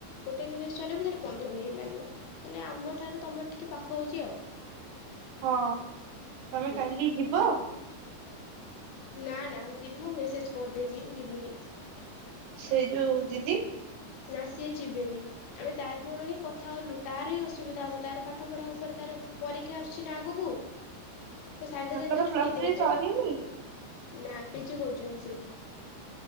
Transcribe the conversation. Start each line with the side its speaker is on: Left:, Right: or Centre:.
Left: ଗୋଟେ ମିନିଟ ଚଲେଇବୁ ତାହେଲେ ପନ୍ଦର ମିନିଟ୍ ଲାଗିବ ମାନେ ଆମ ଠାରୁ ତମର ଟିକେ ପାଖ ହଉଚି ଆଉ।
Right: ହଁ ତମେ
Left: ହୁଁ
Right: କାଲି ଯିବ?
Left: ନା ନା ଯି- ମୁଁ ମେସେଜ୍ କରିଦେଇଚି ଯିବିନି।
Right: ସେଇ ଯୋଉ ଦିଦି?
Left: ନା ସିଏ ଯିବେନି। ଆମେ ତାର ମୋର ହିଁ କଥା ହଲୁ ତାର ହିଁ ଅସୁବିଧା ହବ ତାର ପାଠ ପଢା ଉପରେ ତାର ପରୀକ୍ଷା ଆସୁଛି ନା ଆଗକୁ।
Right: <inaudible>
Left: ତ ସାଙ୍ଗେ
Right: ତାଙ୍କର
Left: ସାଙ୍ଗେ ତ ଛୁଟି
Right: ପ୍ଲସ୍
Left: ଦେବେ
Right: ଥ୍ରୀ ସରିନି
Left: ନି। ନା ପିଜି କରୁଛନ୍ତି ସେ